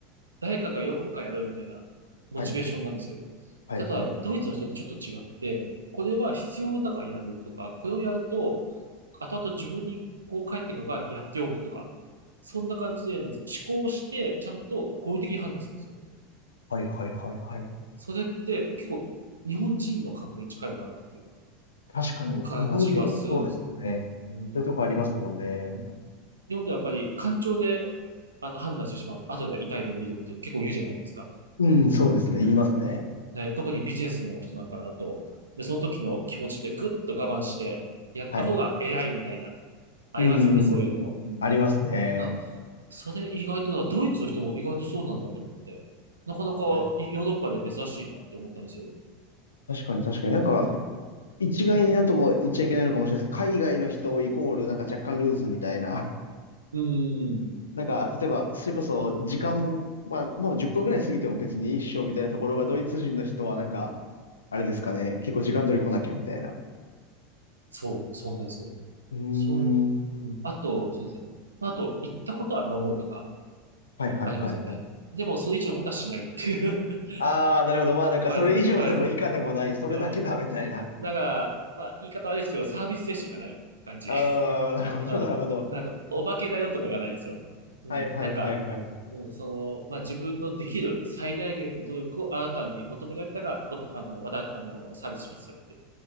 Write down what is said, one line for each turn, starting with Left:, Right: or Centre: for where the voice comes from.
Right: 誰かが喜ぶからやるみたいなモチベーションなんですよ。
Left: はい、はい、
Right: ただ、
Left: はい、
Right: ドイツの人とちょっと違って、これは必要だからやるとか、これをやると、後々自分にこう返ってくるからやっておくとか、そんな感じで、なんつう思考して、ちゃんと合理的に判断するんですよ。
Left: はい、はい、はい。はい
Right: それって結構日本人の感覚に近いのかなっていう
Left: 確かに、
Right: 感じがするんですよ。
Left: 日本人、そうですよね。
Right: うん。うん。
Left: そういうとこありますもんね。
Right: うん。日本ではやっぱり感情であの判断してしまうと、後で痛い目見るっていうの結構言うじゃないですか。
Left: うん、そうですね。
Right: うん。
Left: 言いますね。
Right: ね、特にビジネスの人なんかだと、で、その時の気持ちでぐっと我慢して、やった方が偉いみたいな、
Left: はい。
Right: ありますよね、
Left: うん、
Right: そういうのも。うん。
Left: ありますね。
Right: あ、それ意外とだ、ドイツの人も意外とそうなんだと思って、なかなかヨーロッパで珍しいなって思ったんですよ。
Left: はい。確かに確かに。なんか、
Right: うん。
Left: 一概になんとも言っちゃいけないのかもしれないですけど、海外の人イコールなんか若干ルーズみたいな、
Right: うんうん
Left: <laughs> なんか例えばそれこそ時間、まあ、まあ10分ぐらい過ぎても別に一緒みたいなところがドイツ人の人はなんか、あれですかね、結構時間通り来なきゃみたいな。
Right: そう、そうなんですよ。
Left: うー
Right: そう、
Left: ん。
Right: うん。あと、そうですね。あと、行ったことは守るとか
Left: はいはいはいはい。
Right: ありますよね。でも、それ以上のことはしないっていう。
Left: ああ、なるほど。
Right: <laughs>
Left: まあなんかそれ以上でも以下でもない、
Right: ありがとうございます。ありがとうございます。
Left: それだけだみたいな。
Right: うん。だから、まあ、言い方悪いですけど、サービス精神がない感じ。
Left: ああ、
Right: <laughs>
Left: なるほどなるほど。
Right: うん。なんか、お化けだよとかがないんですよ。うん。
Left: はいはいはいはい。
Right: なんか、
Left: う
Right: うん、その、まあ、自分のできる最大限の努力をあなたに求められたが、こあの、わた、あの、サービスしますよっていう